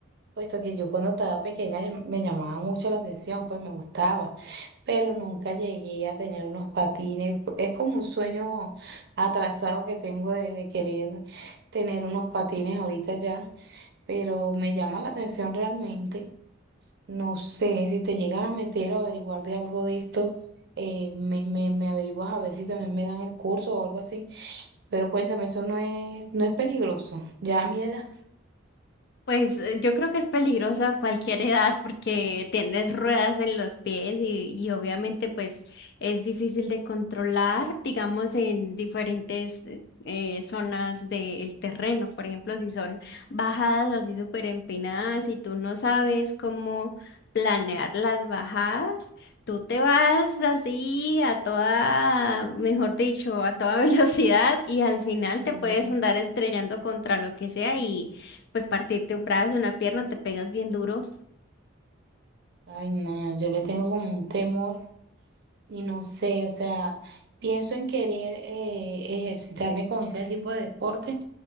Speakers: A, on the right (about 55°); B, on the left (about 55°).
A: puesto que yo cuando estaba pequeña llam- me llamaba mucho la atención, pues me gustaba, pero nunca llegué a tener unos patines. Es como un sueño atrasado que tengo de, de querer tener unos patines ahorita ya, pero me llama la atención realmente. No sé, si te llegas a meter o averiguar de algo de esto, eh, me, me, me averiguas a ver si también me dan el curso o algo así. Pero cuéntame, eso no es, no es peligroso. Ya a mi edad.
B: Pues eh, yo creo que es peligrosa a cualquier edad porque tienes ruedas en los pies y, y obviamente pues es difícil de controlar, digamos, en diferentes eh, eh, zonas del terreno. Por ejemplo, si son bajadas así súper empinadas y tú no sabes cómo planear las bajadas, tú te vas así a toda, mejor dicho, a toda <laughs> velocidad y al final
A: Y
B: te puedes andar estrellando contra lo que sea y... Pues partirte un brazo, una pierna, te pegas bien duro.
A: Ay, no, yo le tengo como un temor y no sé, o sea, pienso en querer eh, ejercitarme con este tipo de deporte,